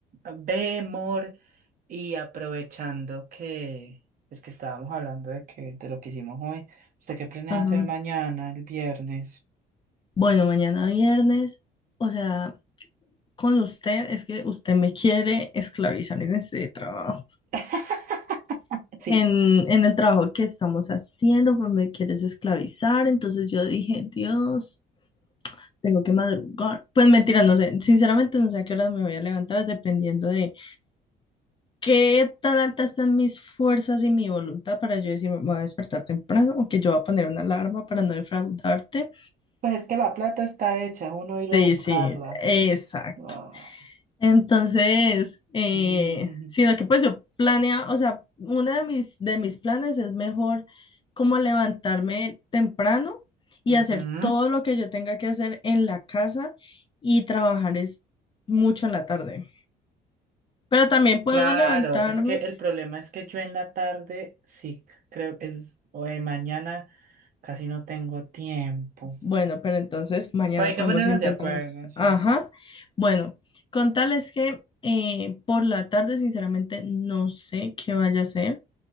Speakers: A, on the right; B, on the left.
A: Ve, amor, y aprovechando que es que estábamos hablando de que de lo que hicimos hoy, ¿usted qué planea
B: Ajá.
A: hacer mañana, el viernes?
B: Bueno, mañana viernes, o sea, con usted es que usted me quiere esclavizar en este trabajo,
A: <laughs> Sí,
B: en, en el trabajo que estamos haciendo, pues me quieres esclavizar, entonces yo dije, Dios, tengo que madrugar. Pues mentira, no sé, sinceramente no sé a qué horas me voy a levantar, dependiendo de qué tan altas están mis fuerzas y mi voluntad para yo decir, me voy a despertar temprano o que yo voy a poner una alarma para no defraudarte.
A: pues es que la plata está hecha, uno ir
B: Sí,
A: a buscarla.
B: sí, exacto.
A: eso es- ah.
B: Entonces, eh,
A: <laughs>
B: sino que pues yo planeaba, o sea, uno de mis, de mis planes es mejor como levantarme temprano y
A: Ujú,
B: hacer todo lo que yo tenga que hacer en la casa y trabajar es mucho en la tarde. Pero también puedo
A: Claro,
B: levantarme.
A: es que el problema es que yo en la tarde, sí, creo que es, o de mañana casi no tengo tiempo.
B: Bueno, pero entonces mañana
A: Pero hay que
B: podemos
A: ponernos
B: intentar.
A: de acuerdo, sí.
B: Ajá. Bueno, con tal es que eh, por la tarde, sinceramente, no sé qué vaya a hacer.